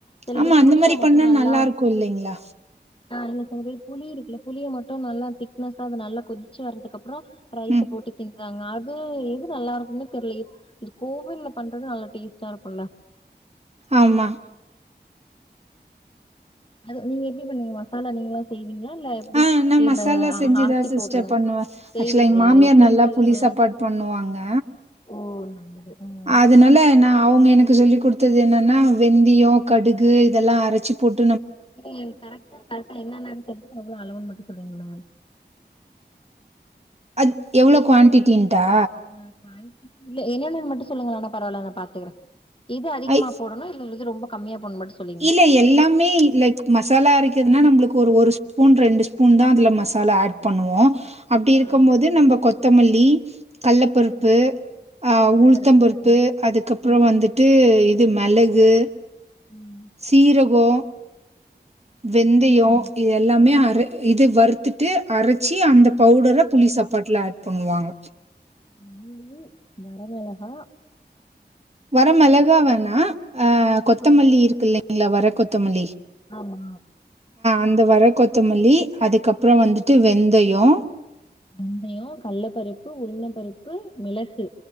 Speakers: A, on the left; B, on the right.
A: சில
B: ஆமா
A: பேரு
B: அந்த
A: புளிய
B: மாரி
A: மட்டு
B: பண்ணா
A: நல்லா
B: இருக்கு இல்லைங்களா
A: ஆஹ் இல்ல சில பேர் புளி இருக்குல புளிய மட்டு நல்லா திக்னஸ்ஸா அத நல்லா கொதிச்சு வரதுக்கு அப் றோ ரைஸ்ஸ
B: ம்
A: போட்டு கின் டிறாங்க அது எது நல்லா இருக்குன்னே தெர்ல இது கோவில்ல பண்றது நல்லா டேஸ்ட்டா இருக்குல்ல
B: ஆமா
A: அது நீங்க எப்டி பண்ணுவிங்க மசாலா நீங்களா செய் ங்களா இல்ல எப்டி
B: ஆ நா
A: இல்ல
B: மசாலா
A: இந்த ஆ
B: செஞ்சுதா
A: ஆச்சி
B: சிஸ்டர்
A: பவுடருதா
B: பண்ணுவே
A: செய்வீங்களா
B: ஆக்சுவலா எங்க மாமியார்
A: எப்டின்னு
B: நல்லா
A: சொல்லுங்களே
B: புளி சாப்பாடு பண்ணுவாங்க
A: ஓ நல்லது ம்
B: அதனால நா அவங்க எனக்கு சொல்லிக் குடுத்தது என்னன்னா வெந்தயோ கடுகு இதெல்லா அரைச்சி போட்
A: ஏ கரெக்டா கரெக்டா என்னன்னு சொல்லுங்க எவ்ளோ அளவுனு மட்டு செல்லுங்களே
B: அத் எவ்ளோ குவான்டிட்டடா
A: ஆ குவான்டிட்டி இல்ல என்னென்னனு மட்டு சொல்லுங்களனா பரவால நா பாத்துக்கிறே இது அதிகமா
B: ஐ
A: போடணு இல்ல இது ரொம்ப கம்மியா போடணுனு மட்டு சொல்லுங்க
B: இல்ல எல்லாமே லைக் மசாலா அரைக்கிறதுனா நம்ளுக்கு ஒரு ஒரு ஸ்பூன் ரெண்டு ஸ்பூன் தா அதுல மசாலா ஆட் பண்ணுவோ அப்டி இருக்கு
A: ஆ
B: போது நம்ம கொ த்தமல்லி கல்லப்பருப்பு
A: ஆ
B: அ
A: கடலப்பருப்பு
B: உளுத்தம்பருப்பு
A: வண்டி
B: அதுக்கப்புறோ
A: புழுங்
B: வந்துட்டு இது மெளகு
A: ம்
B: சீரகோ வெந்தயோ
A: ம் ம் ம்
B: இது எல்லாமே அர இது வறுத்துட்டு அரைச்சு அந்த பவுடரை புளி சாப்பாட்டுல ஆட் பண்ணுவாங்க
A: மல்லி வரமெளகா
B: வர மெளகா வேணா அ கொத்தமல்லி
A: ஆ
B: இருக்கு இல்லீங்களா வர கொத்தமல்லி
A: ஆமா
B: இந்த வர கொத்தமல்லி அதுக்கப்புறோ வந்துட்டு வெந்தயோ
A: வெந்தயோ கல்லப் பருப்பு உளுந்தப் பருப்பு மிளகு